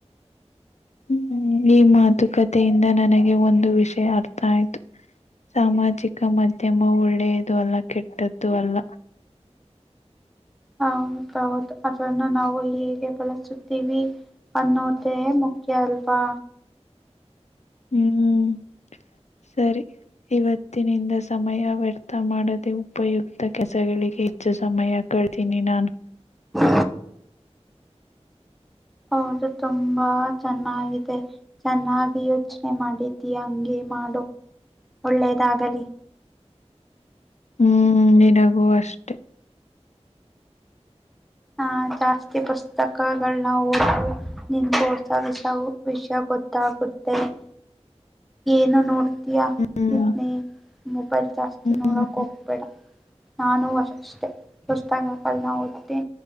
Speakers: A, in the centre; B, on the left.
A: <unintelligible> <inaudible>
B: ಹ್ಮ ಈ ಮಾತುಕತೆಯಿಂದ ನನಗೆ ಒಂದು ವಿಷಯ ಅರ್ಥ ಆಯ್ತು ಸಾಮಾಜಿಕ ಮಾಧ್ಯಮ ಒಳ್ಳೆಯದು ಅಲ್ಲ ಕೆಟ್ಟದ್ದು ಅಲ್ಲ
A: ಹೌದೌದು ಅದ್ರನ್ನ ನಾವು ಹೇಗೆ ಬಳಸುತ್ತ ಟಿವಿವ ಅನ್ನೋದೇ ಮುಖ್ಯ ಅಲ್ವಾ
B: ಹ್ಮ್ ಸರಿ ಇವತ್ತಿನಿಂದ ಸಮಯ ವ್ಯರ್ಥ ಮಾಡದೆ ಉಪಯುಕ್ತ ಕೆಸಗಳಿಗೆ ಹೆಚ್ಚು ಸಮಯ ಕಳ್ತೀನಿ ನಾನ್
A: ಹಾ ಹೌದು ತುಂಬಾ ಚೆನ್ನಾಗಿದೆ ಚೆನ್ನಾಗಿ ಯಚನೆ ಮಾಡಿದ್ದೀ ಹಂಗಗೆ ಮಾಡು ಒಳ್ಳೇದಾಗಲಿ
B: ಹ್ಮ್ ನಿನಗೂ ಅಷ್ಟೆ
A: ಹಾ ಜಾಸ್ತಿ ಪುಸ್ತಕಗಳನ್ನ ಓದ ನಿಮಗೂ ಹೊಸ ವಿಷ ವಿಷಯ ಗೊತ್ತಾಗುತ್ತೆ ಹ ಏನು ನೋಡ್ ಇದಯಾ
B: ಹ್ಮ್
A: ಇದನ ಮೊಬೈಲ್ ಜಾಸ್ತಿ ನೋಡೋಕ್ಕೆ
B: ಹ್ಮ್
A: ಹೋಗ್ಬೇಡ ನಾನು ಅಷ್ಟೆ ಹೊಸ್ತಕಲ್ ನ ಓದ್ತೆ